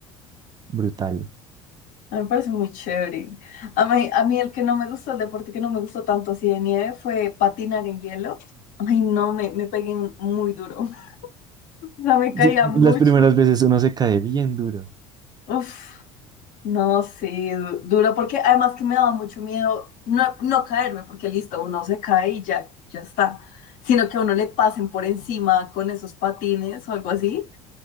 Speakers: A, on the right; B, on the left.
A: brutal.
B: A mí me parece muy chévere. A mí, a mí el que no me gusta, el deporte que no me gustó tanto así de nieve fue patinar en hielo. Ay, no, me, me pegué muy duro. <laughs> O sea, me caía
A: Sí,
B: mucho.
A: las primeras veces uno se cae bien duro.
B: Uf, no, sí, du- duro, porque además que me daba mucho miedo no, no caerme, porque listo, uno se cae y ya, ya está. Sino que a uno le pasen por encima con esos patines o algo así.